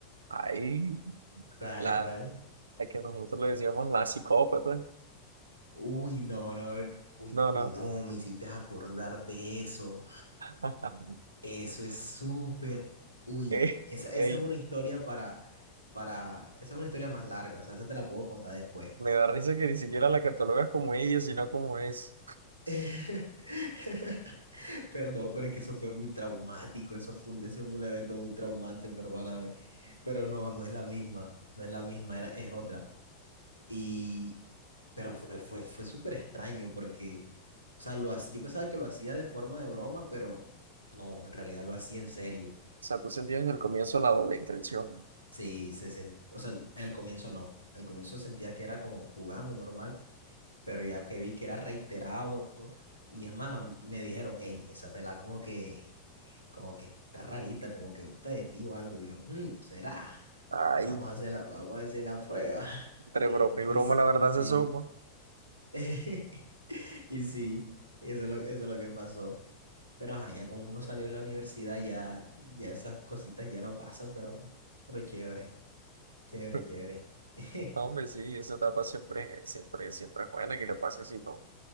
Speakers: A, on the right (about 70°); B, on the right (about 90°).
A: Ahí,
B: ¿Cuál,
A: la,
B: cuál?
A: a que nosotros le decíamos la psicópata.
B: Uy, no, no, uy,
A: No,
B: uy,
A: no.
B: no, me hiciste acordar de eso.
A: <laughs>
B: Eso es súper, uy,
A: Ey,
B: esa, esa
A: ey,
B: es una historia para, para, esa es una historia más larga, o sea, esa te la puedo contar después.
A: me da risa que ni siquiera la catalogas como ella, sino como es.
B: <laughs> Perdón, pero es que eso fue muy traumático, eso fue un, eso fue un evento muy traumante, perdóname, pero no, no es la misma, no es la misma, era, es otra. Y, pero fue, fue, fue súper extraño porque, o sea, lo, ha- yo pensaba que lo hacía de forma de broma, pero no, en realidad lo hacía en serio.
A: O sea, tú sentías desde el comienzo la doble intención.
B: Sí, se sent- o sea, al comienzo no. Al comienzo sentía que era como jugando normal, pero ya que vi que era reiterado, y es más, am- me dijeron, hey, esa pelada como que, como que está rarita, como que gusta de ti o algo. Y yo, "Mm, ¿será?
A: Ay,
B: Vamos a hacer la, vamos a hacer la prueba. <laughs>
A: entre broma y broma,
B: Y, s-
A: la verdad
B: y sí,
A: se suma.
B: <laughs> y sí, eso es lo, eso es lo que pasó. Pero ajá, ya como uno salió de la universidad, ya, ya esas cositas ya no pasan, pero, pero chévere, chévere,
A: <laughs>
B: chévere. <laughs>
A: No, Hombre, sí, esa etapa siempre, siempre, siempre es buena que le pase así ¿no? con